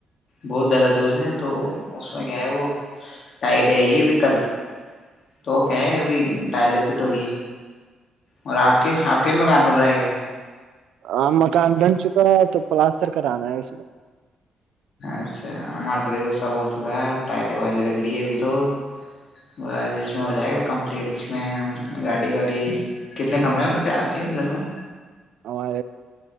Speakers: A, on the left (about 50°); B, on the right (about 80°).
A: بہت زیادہ دور سے ہیں تو اس میں کیا ہے وہ ٹائیڈے آئیے ابھی کل تو کہ ابھی کٹل پٹ وے اور آپ کے آپ کے مکان پر رہے گیا
B: ہاں مکان بن چکا ہے تو پلاسر کرانا ہے اس میں
A: اچھا ہمارا تو دیکھو سب ہو چکا ہے ٹائریں وائریں لگ رہی ہے ابھی تو بس جس میں ہو جائے گا کمپلیٹ ج میں گاڑی واڑی کتنے کمرے ہیں ویسے آپ کے گھر میں
B: ہمے